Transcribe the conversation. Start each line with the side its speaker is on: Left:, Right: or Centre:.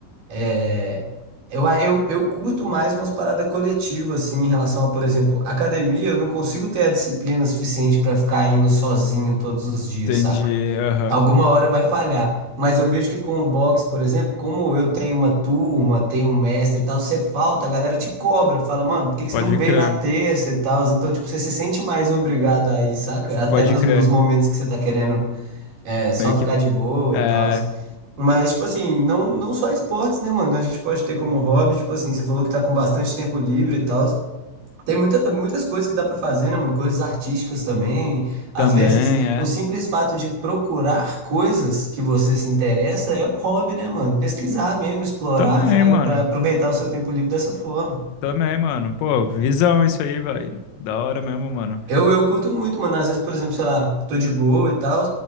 Right: é, eu, eu, eu curto mais umas paradas coletivas, assim, em relação a, por exemplo, academia, eu não consigo ter a disciplina suficiente pra ficar indo sozinho todos os dias,
Left: Entendi.
Right: saca?
Left: Aham.
Right: Alguma hora vai falhar. Mas eu vejo que com o boxe, por exemplo, como eu tenho uma turma, tenho um mestre e tal, você falta, a galera te cobra, fala, mano, por que que
Left: Pode
Right: você não veio
Left: crer.
Right: na terça e tal? Então, tipo, você se sente mais obrigado aí, saca? Até
Left: Pode
Right: nos,
Left: crer.
Right: nos momentos que você tá querendo é,
Left: Meio
Right: só
Left: que.
Right: ficar de boa
Left: É.
Right: e tal. Mas, tipo assim, não, não só esportes, né, mano? A gente pode ter como hobby, tipo assim, você falou que tá com bastante tempo livre e tal. Tem muita, muitas coisas que dá pra fazer, né, mano? Coisas artísticas também. Às
Left: Também,
Right: vezes,
Left: é.
Right: o simples fato de procurar coisas que você se interessa é um hobby, né, mano? Pesquisar mesmo, explorar,
Left: Também,
Right: fraga,
Left: mano.
Right: pra aproveitar o seu tempo livre dessa forma.
Left: Também, mano. Pô, visão isso aí, vai. Da hora mesmo, mano.
Right: Eu, eu curto muito, mano. Às vezes, por exemplo, sei lá, tô de boa e tal,